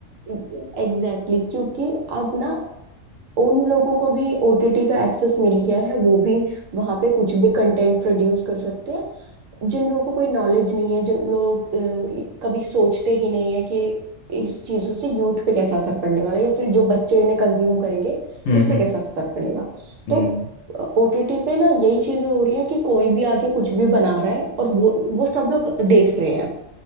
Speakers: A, on the right; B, on the left.
A: एग्जैक्टली exactly, क्योंकि अब ना उन लोगों को भी ओटीटी का एक्सेस मिल गया है वो भी वहां पे कुछ भी कंटेंट प्रोड्यूस कर सकते हैं जिन लोगों को कोई नॉलेज नहीं है जिन लोग अ, कभी सोचते ही नहीं है कि इस चीजों से यूथ पे कैसा असर पड़ने वाला है या फिर जो बच्चे इन्हें कंज्यूम करेंगे
B: हम्म
A: उस पे
B: हम्म
A: कैसा असर पड़ेगा
B: हम्म
A: तो ओटीटी पे ना यही चीजें हो रही हैं कि कोई भी आके कुछ भी बना रहा है और वो वो सब लोग देख रहे हैं